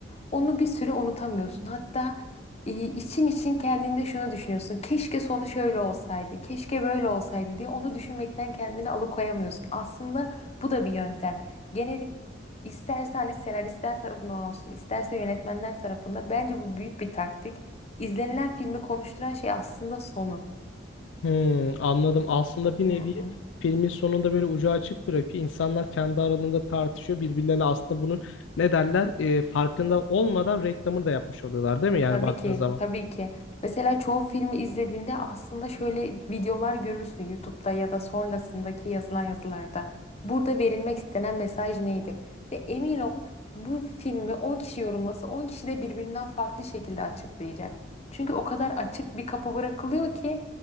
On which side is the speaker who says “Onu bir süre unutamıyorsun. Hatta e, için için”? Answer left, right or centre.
Left